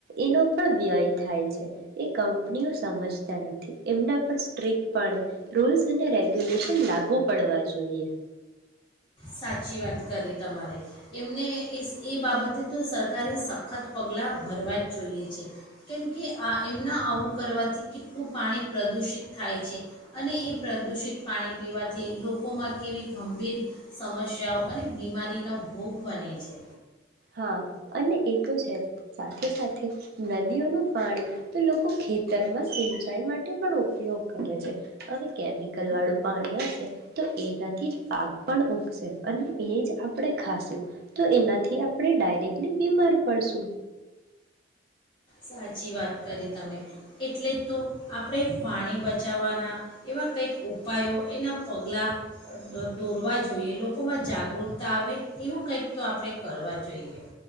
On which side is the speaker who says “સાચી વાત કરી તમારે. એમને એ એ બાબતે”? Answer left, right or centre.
Left